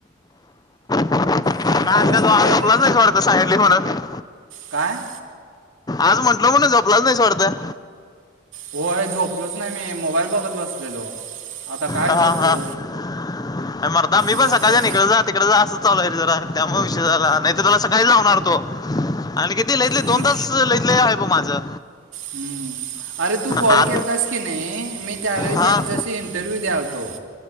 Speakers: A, on the left; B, on the right.
A: का
B: थांब थोडंच
A: त्या
B: वेळ राहिले
A: तुला नाही वाटत सायडली म्हणत <unintelligible>
B: काय?
A: आज म्हटलं म्हणून झोपलाच नाही वाटतं
B: होय झोपलच नाही मी मोबाईल बघत बसलेलो. आता काय
A: हा
B: झोपू
A: हा मर्दा मी पण
B: डोक्यात
A: सकाळच्या निघत जात तिकडं जा असं चालूय रे जरा त्यामुळे विषय झाला नाही तर तुला सकाळी लावणार तो आणि ते लयात ले
B: हम्म,
A: दोन तास लयत ले आहे बघ माझं
B: हम्म अरे तू कॉल
A: हा
B: केलतास की नाही मी त्यावेळी
A: हा
B: त्यांच्याशी इंटरव्यू द्याल तो